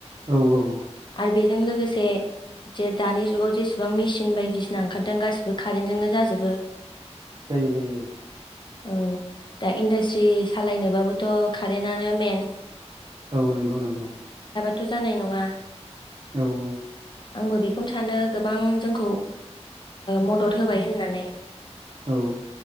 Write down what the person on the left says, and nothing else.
आरो बेजों लोगोसे जे दानि जुगाव जेसेबां मिसिन सिन बायदिसिना ओंखारदों गासिबो कारेन्टजोंनो जाजोबो।
औ दा इन्डास्ट्रि सालायनोबाबोथ' कारेन्तनो मेन
थ' जानाय नङा
आंबो बेखौनो सानो गोबां जोंखौ मदद होबाय होननानै।